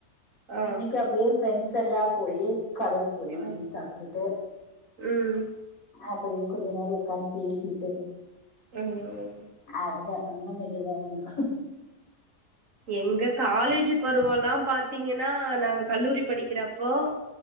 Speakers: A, on the right; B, on the left.
A: ஆ
B: இன்னைக்கு அப்டியே ஃபிரண்ட்ஸ் எல்லா போயி கடைக் போயி
A: ஆ
B: டீ சாப்ட்டுட்டு
A: ம்
B: அப்படியே கொஞ்ச நேரம் உகாந்து பேசிட்டு
A: கிளம்பிருவாரு
B: அதுக்கு அப்பறதா மெதுவா வாந்தே
A: எங்க காலேஜ் பருவ எல்லா பாத்தீங்கன்னா நாங்க கல்லூரி படிக்கிறப்போ